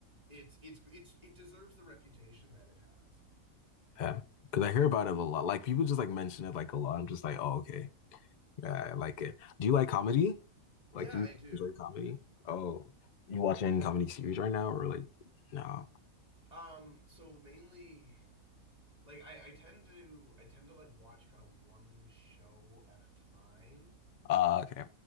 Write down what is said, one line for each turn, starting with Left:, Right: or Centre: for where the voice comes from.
Right: it's it's it's it deserves the reputation that it has
Left: Yeah. Because I hear about it a lot. Like people just like mention it like a lot. I'm just like, oh, okay. Yeah, I like it. Do you like comedy? Like,
Right: yeah
Left: do you
Right: I do
Left: enjoy comedy? Oh, you watch any comedy series right now or like no?
Right: um so mainly like I, I tend to I tend to like watch kind of one show at a time.
Left: Ah, okay.